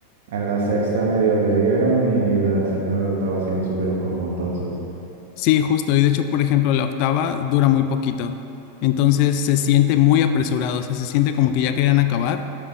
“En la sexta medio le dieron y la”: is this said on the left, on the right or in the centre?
Right